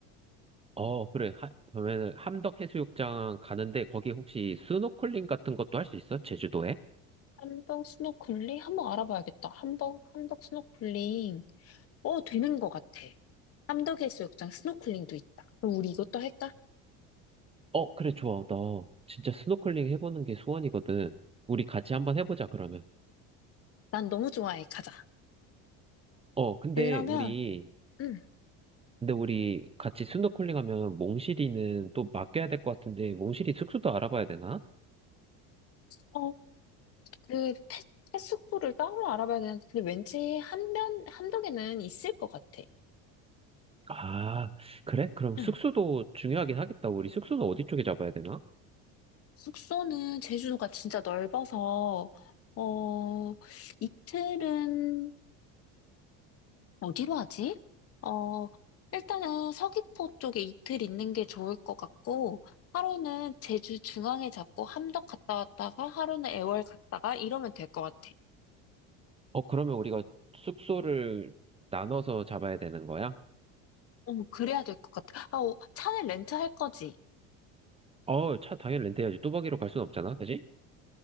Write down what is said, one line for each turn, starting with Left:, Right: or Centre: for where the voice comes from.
Right: 어, 그래. 하, 그러면 함덕해수욕장 가는데 거기 혹시 스노클링 같은 것도 할 수 있어? 제주도에?
Left: 함덕 스노클링 한번 알아봐야겠다. 함덕 함덕 스노클링. 어, 되는 것 같아. 함덕해수욕장 스노클링도 있다. 그럼 우리 이것도 할까?
Right: 어, 그래, 좋아. 나 진짜 스노클링 해보는 게 소원이거든. 우리 같이 한번 해보자, 그러면.
Left: 난 너무 좋아해. 가자.
Right: 어, 근데
Left: 그러면,
Right: 우리,
Left: 응.
Right: 근데 우리 같이 스노클링 하면 몽실이는 또 맡겨야 될 것 같은데, 몽실이 숙소도 알아봐야 되나?
Left: 어, 그, 펫, 펫 숙소를 따로 알아봐야 되는데, 근데 왠지 한면, 함덕에는 있을 것 같아.
Right: 아, 그래? 그럼 숙소도
Left: 응.
Right: 중요하긴 하겠다. 우리 숙소는 어디 쪽에 잡아야 되나?
Left: 숙소는 제주도가 진짜 넓어서, 어, 이틀은 어디로 하지? 어, 일단은 서귀포 쪽에 이틀 있는 게 좋을 것 같고, 하루는 제주 중앙에 잡고 함덕 갔다 왔다가, 하루는 애월 갔다가 이러면 될 것 같아.
Right: 어, 그러면 우리가 숙소를 나눠서 잡아야 되는 거야?
Left: 응, 그래야 될 것 같아. 아, 오, 차는 렌트할 거지?
Right: 어, 차 당연히 렌트해야지. 뚜벅이로 갈 순 없잖아, 그지?